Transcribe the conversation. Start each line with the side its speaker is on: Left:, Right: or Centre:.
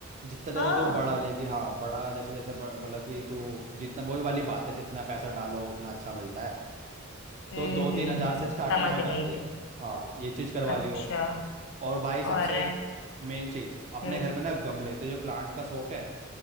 Right: जितना ज्यादा
Left: हाँ
Right: तू बड़ा लेगी हाँ बड़ा जैसे जैसे ब- मतलब कि तू जितना वही वाली बात है जितना पैसा डालो उतना अच्छा मिलता है
Left: हम्म
Right: तो दो तीन
Left: हम्म
Right: हजार
Left: हम्म
Right: से स्टार्टिंग
Left: समझ
Right: हो जाती
Left: गई
Right: है
Left: मैं
Right: हाँ ये चीज करवा
Left: अच्छा
Right: लियो और भाई
Left: और
Right: सबसे मेन चीज अपने
Left: हम्म
Right: घर में ना गमले तो जो प्लांट का शौक है